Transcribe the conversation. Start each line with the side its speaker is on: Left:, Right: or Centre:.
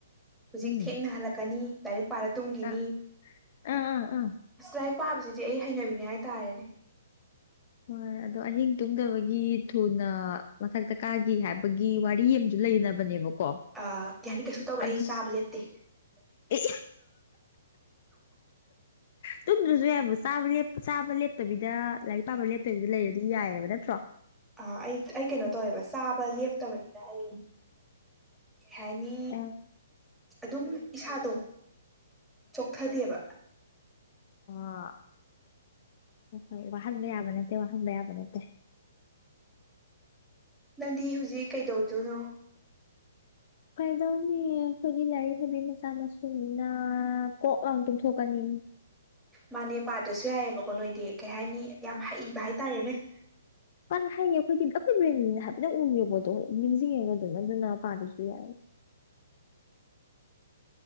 Centre: ꯍꯧꯖꯤꯛ
Left: ꯎꯝ
Centre: ꯊꯦꯡꯅ ꯍꯜꯂꯛꯀꯅꯤ ꯂꯥꯏꯔꯤꯛ ꯄꯥꯔ ꯇꯨꯝꯈꯤꯅꯤ
Left: ꯑꯥ ꯑꯥ ꯑꯥ ꯑꯥ
Centre: ꯂꯥꯏꯛ ꯄꯥꯕꯁꯤꯗꯤ ꯑꯩ ꯍꯩꯅꯕꯤꯅꯦ ꯍꯥꯏꯇꯥꯔꯦꯅꯦ
Left: ꯍꯣꯏ ꯑꯗꯣ ꯑꯍꯤꯡ ꯇꯨꯡꯗꯕꯒꯤ ꯊꯨꯅ ꯃꯊꯛꯇ ꯀꯥꯒꯤ ꯍꯥꯏꯕꯒꯤ ꯋꯥꯔꯤ ꯑꯃꯁꯨ ꯂꯩꯅꯕꯅꯦꯕꯀꯣ
Centre: ꯑ ꯀꯩꯍꯥꯏꯅꯤ ꯀꯩꯁꯨ ꯇꯧꯔꯛꯑꯦ
Left: ꯑꯗꯨ
Centre: ꯑꯩ ꯆꯥꯕ ꯂꯦꯞꯇꯦ
Left: ꯑꯦ ꯇꯨꯝꯗ꯭ꯔꯁꯨ ꯌꯥꯕꯨ ꯆꯥꯕ ꯂꯦꯞꯇꯕꯤꯗ ꯂꯥꯏꯛ ꯑꯕ ꯂꯦꯞꯄꯒꯗꯤ ꯂꯩꯔꯗꯤ ꯌꯥꯏꯑꯕ ꯅꯠꯇ꯭ꯔꯣ
Centre: ꯑ ꯑꯩ ꯑꯩ ꯀꯩꯅꯣ ꯇꯧꯋꯦꯕ ꯆꯥꯕ ꯂꯦꯞꯇꯕꯅꯤꯅ ꯑꯩ ꯀꯩ ꯍꯥꯏꯅꯤ
Left: ꯑ
Centre: ꯑꯗꯨꯝ ꯏꯁꯥꯗꯣ ꯆꯣꯛꯊꯗꯦꯕ
Left: ꯑꯣ ꯍꯣꯏ ꯋꯥꯍꯟꯕ ꯌꯥꯕ ꯅꯠꯇꯦ ꯋꯥꯍꯟꯕ ꯌꯥꯕ ꯅꯠꯇꯦ
Centre: ꯅꯪꯗꯤ ꯍꯧꯖꯤꯛ ꯀꯩꯗꯧꯗꯣꯏꯅꯣ
Left: ꯀꯩꯗꯧꯅꯤ ꯑꯩꯈꯣꯏꯒꯤ ꯂꯥꯏꯔꯤꯛ ꯍꯕꯤ ꯃꯆꯥ ꯃꯁꯨꯅꯤꯅ ꯀꯣꯛ ꯂꯥꯡ ꯇꯨꯝꯊꯣꯛꯀꯅꯤ
Centre: ꯃꯥꯅꯦ ꯄꯥꯗꯁꯨ ꯌꯥꯏꯑꯕꯀꯣ ꯅꯣꯏꯗꯤ ꯀꯩ ꯍꯥꯏꯅꯤ ꯌꯥꯝ ꯍꯩꯕ ꯍꯥꯏꯇꯥꯔꯦꯅꯦ
Left: ꯄꯅꯤ ꯍꯥꯏꯌꯦ ꯑꯩꯈꯣꯏꯗꯤ ꯑꯩꯈꯣꯏ ꯕ꯭ꯔꯦꯅꯤꯅ ꯍꯥꯏꯐꯦꯠ ꯎꯡꯉꯦꯕ ꯑꯗꯨꯣ ꯅꯤꯡꯁꯤꯡꯉꯦꯕ ꯑꯗꯨꯝ ꯑꯗꯨꯅ ꯄꯥꯗꯨꯁꯨ <inaudible>